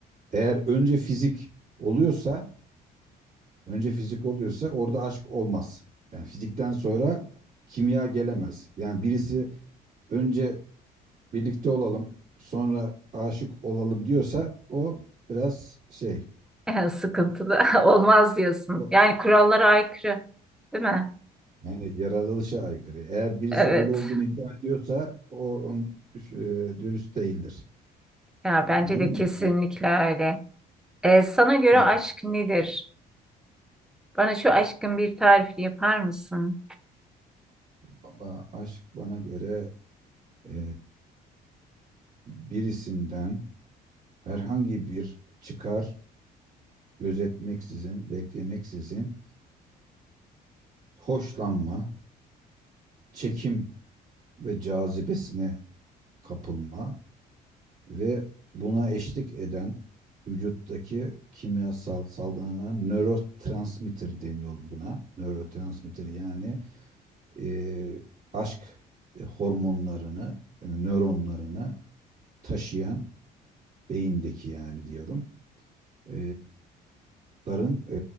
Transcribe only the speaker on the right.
eğer önce fizik oluyorsa, önce fizik oluyorsa orada aşk olmaz. Yani fizikten sonra kimya gelemez. Yani birisi önce birlikte olalım, sonra aşık olalım diyorsa o biraz şey,
o,
Yani yaratılışa aykırı. Eğer birisi
öyle olduğunu iddia ediyorsa o on, üş- e, dürüst değildir.
Anladın
mı? Yani,
yani
valla aşk bana göre e, birisinden herhangi bir çıkar gözetmeksizin, beklemeksizin hoşlanma, çekim ve cazibesine kapılma ve buna eşlik eden vücuttaki kimyasal salgılanan nörotransmitter deniyor buna. Nörotransmitter yani e, aşk e, hormonlarını, e, nöronlarını taşıyan beyindeki yani diyorum. E, ların, e,